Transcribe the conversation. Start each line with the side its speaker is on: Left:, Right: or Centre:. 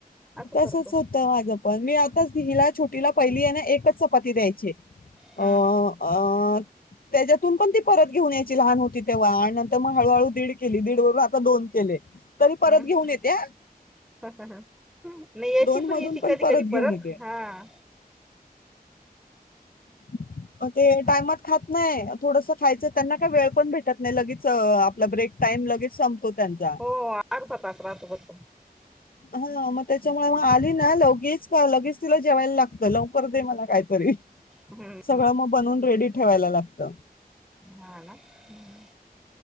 Centre: असं
Left: तसच
Centre: करतो
Left: होतं माझं पण, मी आताचला छोटीला पहिली आहे ना एकच चपाती द्यायचे. अ
Centre: हम्म
Left: आ. त्याच्यातून पण ती परत घेऊन यायची, ती लहान होती तेव्हा आणि. मग हळूहळू दीड केली, दीड बरोबर आता दोन केले. तरी परत
Centre: हम्
Left: घेऊन येते हा.
Centre: नाही, याची
Left: दोन
Centre: पण
Left: मधून
Centre: याची कधी कधी
Left: घेऊन
Centre: परत
Left: येते
Centre: हा.
Left: <inaudible> ते टाइमात खात नाही, थोडस खायचं त्यांना काय वेळ पण भेटत नाही, लगेच आपला ब्रेक टाईम लगेच संपतो त्यांचा.
Centre: हो अर्धा तास राहतो फक्त
Left: हा मग त्याच्यामुळे, मग आली ना लगेच लगेच तिला जेवायला लागत लवकर. म कातरी
Centre: हम्म
Left: सगळ मग बनून. रेडी ठेवायला लागत.
Centre: हा ना हम्म.